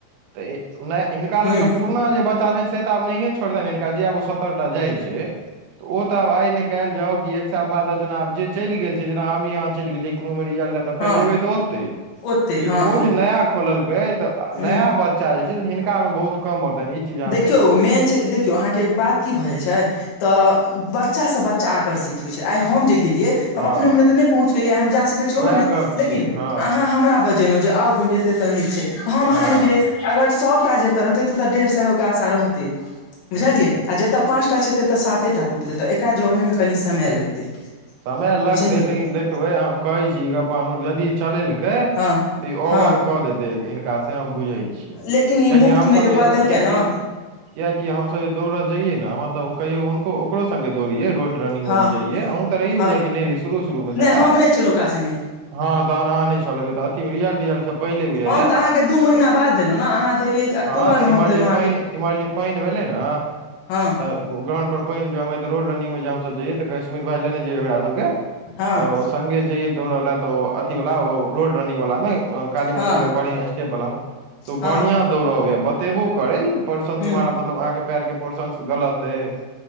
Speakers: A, on the right; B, on the left.
A: तऽ हिनका
B: हूँ
A: लग तऽ पुरना जे बच्चा छै तऽ आब नहि छो जे आब सतरटा जाइ छै ओ तऽ आब आइ ने कयल जाउ क एक साल बाद जेना आब जे चलि गेल छै जेना हमी यहाँ चलि गेलियै कोनो बेर रिज तऽ
B: हँ
A: फेर जेबै तऽ ओतै
B: ओते
A: लेकिन
B: हँ
A: ओ
B: हँ
A: जे नया खोललकै तऽ
B: हूँ
A: नया बच्चा जे छै से हिनका में बहुत कम औतनि ई चीज अहाँ
B: देखियौ
A: देखबै
B: मेन छै देखियौ अहाँके बात की भऽ जाइत छै तऽ बच्चासँ बच्चा आकर्षित होइत छै आइ हम जे गेलियै
A: हँ
B: हम अपने मने तऽ नहि पहुँच गेलियै हम जा सकै छीयै ओहोमे
A: उएह गप
B: लेकिन
A: छै हँ
B: अहाँ हमरा बज लहुँ जे <inaudible> आउ गुंजत त नीक छै त हम
A: हँ
B: अहाँं गेलियै अगर सएटा जत रहते तऽ डेढ़ सए ओके आशा रहतै बुझलियै
A: हँ
B: आ जतऽ पाँच सभटा जेतै तऽ साते टा पुरतै तऽ एकरा जमैमे कनी समय लगतै
A: समय लगतै
B: बुझलियै
A: लेकिन देखबै हम कहै छी यदि चलेलकै
B: हँ
A: तऽ ई ओवर
B: हँ
A: क देते हिनका से हम बुझे छी किएकि
B: लेकिन ई मुफ्त
A: हमसभ
B: मे
A: जे
B: कऽ देलकै
A: कियाकि
B: ने
A: कियकि हमसभ जे दौड़ल जइयै ने मतलब ओ कहियो हुनको ओकरो संगें दौड़ियै रोड रनिंग मे
B: हँ
A: जइए अ तऽ रहि
B: हँ
A: कि नहि र शुरू शुरू मे शायद
B: नहि हम नहि छलहुँ ओकरा संगे
A: हँ तहन आहां नइ चल्बै त अथी रिजल्ट तिजल्ट स पहिले बुझाइयै
B: हम तऽ अहाँके दू महीना
A: त
B: बाद देलहुँ ने अहाँ देलियै अक्टूबरमे
A: हँ तं इमहर
B: हम देलहुँ
A: जे पइन इम्हर जे पानि भेलै न
B: हां
A: ग्राउंड पर पानि जम ह त रोड रनिंगग मे जाम सब जइय तऽ स्मित भा लेने जइयै ओकरा सबके
B: हँ
A: तऽ संगे जइये दौड़ ला त ओ अथी वाला ओ रोड रनिंग वाला मे काली
B: हँ
A: मंदिर तक बढ़िया स्टेप वाला में तो
B: हँ
A: बढ़ियां दौड़बे बतेबो करे परर्सन तुम्हहारा
B: ह
A: मतलब अहाँके पयर के पोर्षण गलत अयै